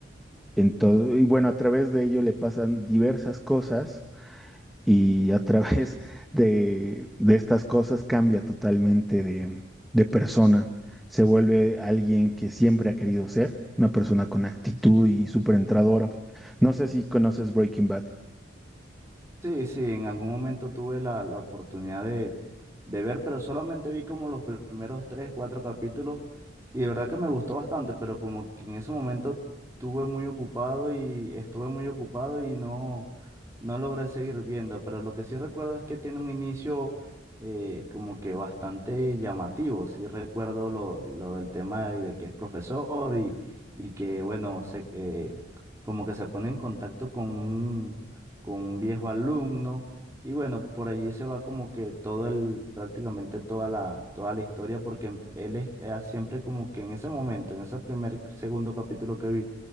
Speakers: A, in the centre; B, on the right.
A: En todo- y bueno, a través de ello le pasan diversas cosas y a través <laughs> de, de estas cosas cambia totalmente de, de persona. Se vuelve alguien que siempre ha querido ser, una persona con actitud y súper entradora. No sé si conoces Breaking Bad.
B: Sí, sí, en algún momento tuve la, la oportunidad de, de ver, pero solamente vi como los primeros tres, cuatro capítulos y de verdad que me gustó bastante, pero como que en ese momento estuve muy ocupado y estuve muy ocupado y no, no logré seguir viendo, pero lo que sí recuerdo es que tiene un inicio eh, como que bastante llamativo, sí recuerdo lo, lo del tema de, de que es profesor y, y que bueno, se, que como que se pone en contacto con un con un viejo alumno. Y bueno, por allí se va como que todo el, prácticamente toda la, toda la historia, porque em- él es, era siempre como que en ese momento, en ese primer, segundo capítulo que vi,